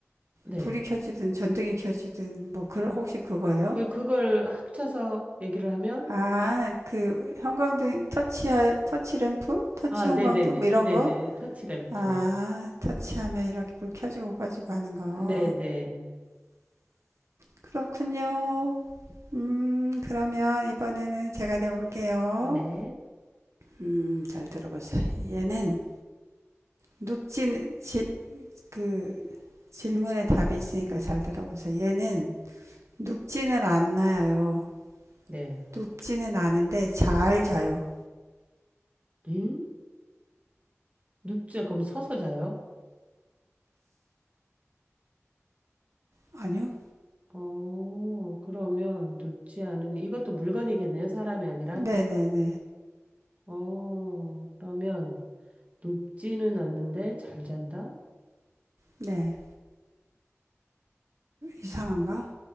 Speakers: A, on the right (about 30°); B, on the right (about 70°).
A: 네.
B: 불이 켜지든 전등이 켜지든 뭐 그런 혹시 그거예요?
A: 예, 그걸 합쳐서 얘기를 하면
B: 아, 그 형광등 터치 터치 램프, 터치
A: 아,
B: 형광등
A: 네, 네, 네,
B: 뭐 이런
A: 네,
B: 거?
A: 네. 터치램프.
B: 아, 터치하면 이렇게 불 켜지고 가지고 하는 거.
A: 네, 네,
B: 그렇군요. 음, 그러면 이번에는 제가 내볼게요.
A: 네,
B: 음, 잘 들어보세요. 얘는 눕지는 지, 그 질문에 답이 있으니까 잘 들어보세요. 얘는 눕지는 않나요?
A: 네.
B: 눕지는 않은데 잘 자요.
A: 응? 눕지 그럼 서서 자요?
B: 아니요?
A: 어, 그러면 눕지 않은 이것도 물건이겠네요. 사람이 아니라.
B: 네네네.
A: 어, 그러면 높지는 않는데 잘 잔다?
B: 네. 이상한가?